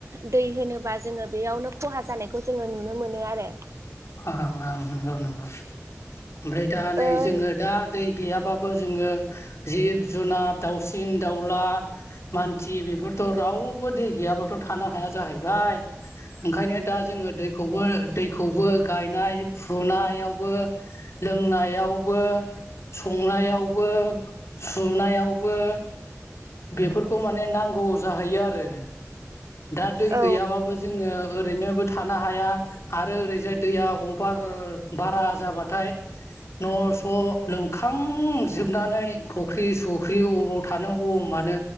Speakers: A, on the right; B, on the left.
A: दै होनोबा जोङो बेयावनो खहा जानायखौ जोङो नुनो मोनो आरो। <inaudible>
B: ओं ओं नंगौ नंगौ ओमफ्राय दा नै
A: ओ
B: जोङो दा दै गैयाबाबो जोङो जिब जुनार दाउसिन दाउला मानसि बेफोर थ' रावबो दै गैयाबाथ' थानो हाया जाहैबाय। ओंखायनो दा जोङो दैखौबो दैखौबो गायनाय फुनायावबो लोंनायावबो संनायावबो बो फुनायावबो बेफोरखौ माने नांगौ जाहैयो आरो। दा दै
A: औ
B: गैयाबाबो जोङो ओरैनोबो थानो हाया आरो ओरैजाय। दैया अभार बारा जाबाथाय। न' स' लोमखांजोबनानै फुख्रि सुख्रि अबाव थानो अबाव मानो